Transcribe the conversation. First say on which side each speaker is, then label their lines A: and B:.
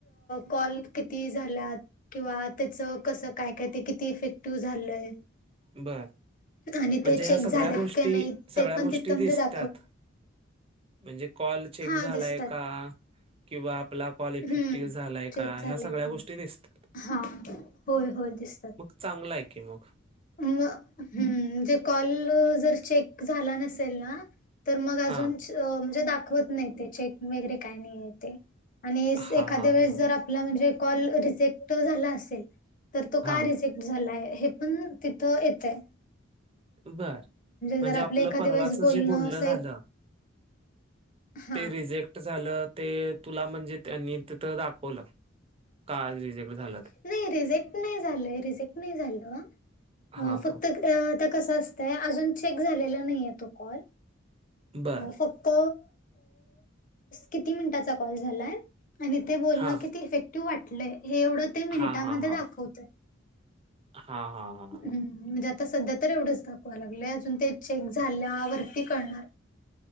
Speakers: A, on the left; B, on the right.
A: कॉल किती झाल्यात किंवा त्याच कसं काय काय ते किती इफेक्टिव्ह झालंय.
B: बर
A: आणि
B: म्हणजे
A: ते चेक
B: ह्या सगळ्या
A: झालेत
B: गोष्टी
A: की नाही
B: सगळ्या
A: ते पण
B: गोष्टी
A: तिथं म्हणजे
B: दिसतात
A: दा
B: म्हणजे कॉल चेक
A: हा
B: झालाय
A: दिसतात
B: का किंवा आपला कॉल इफेक्टिव्ह
A: हम्म
B: झालाय का
A: चेक
B: ह्या
A: झालंय
B: सगळ्या
A: का
B: गोष्टी
A: नाही
B: दिसता
A: हा होय होय दिसतात.
B: चांगला आहे की मग
A: म जे म्हणजे कॉल जर चेक झाला नसेल ना तर मग अजून
B: हा
A: म्हणजे दाखवत नाही ते चेक वगैरे काय नाही ते. आणि
B: हा
A: एखाद्या
B: हा
A: वेळेस
B: हा
A: जर
B: हा
A: आपला म्हणजे कॉल रिजेक्ट झाला असेल तर तो
B: हा
A: का रिजेक्ट झाला आहे हे पण तिथं येतय.
B: बर म्हणजे
A: जर
B: आपलं
A: एखाद्या
B: परवाच
A: वेळेस
B: जे बोलणं
A: असं
B: झालं
A: एक हा
B: ते रिजेक्ट झालं ते तुला म्हणजे त्यांनी तिथ दाखवलं का रिजेक्ट झालं ते
A: नाही रिजेक्ट नाही झालय रिजेक्ट नाही झालं
B: हा
A: फक्त
B: हा
A: आता कसं असतंय अजून चेक झालेला नाहीय तो कॉल
B: बर
A: फक्त किती मिनिटाचा कॉल झालाय. आणि ते बोलणं
B: हा
A: किती इफेक्टिव्ह वाटलंय हे एवढं ते मिनिटामध्ये
B: हा हा हा
A: दाखवतय.
B: हा हा हा हा
A: म्हणजे आता सध्या तर एवढंच दाखवा लागलंय अजून ते चेक झाल्यावरती करळणार.